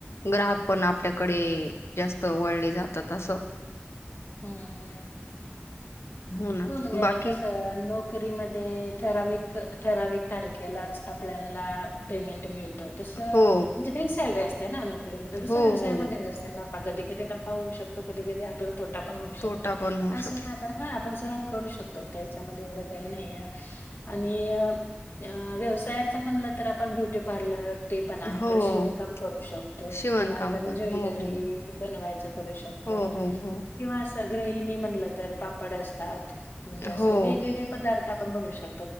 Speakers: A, on the left; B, on the left.
A: ग्राहक पण आपल्याकडे जास्त वळले जातात अस.
B: हम्म हम्म.
A: ना,
B: हो म्हणजे
A: बाकी
B: कसं नोकरीमध्ये ठराविक ठरावीिक तारखेलाच आपल्याला पेमेंट मिळत तस म्हणजे
A: हो,
B: फिक्स सॅलरी असते ना नोकरीमध्ये जस
A: हो,
B: व्यवसायामध्ये
A: हो.
B: कधी कधी न पा होऊ शकतो कधी कधी आपला थो ण होऊ शकतो
A: तोटा पण होऊ
B: अस
A: शकतो.
B: नाही पण ह करू शकतो त्याच्यामध्ये एवढं काही नाही आणि व्यवसायाच म्हणलं तर आपण ब्युटी पार्लर ते पण आहे
A: हो,
B: प शिवणकाम करू शकतो
A: शिवणकाम
B: किंवा एखाद्या
A: पण.
B: ज्वेलरी
A: हो, हो.
B: बनवायच करू शकतो
A: हो, हो, हो.
B: किंवा सग ह म्हणलं तर पापड असत तर म्हणजे
A: हो,
B: असं वेगवेगळे पदार्थ आपण बनू शतो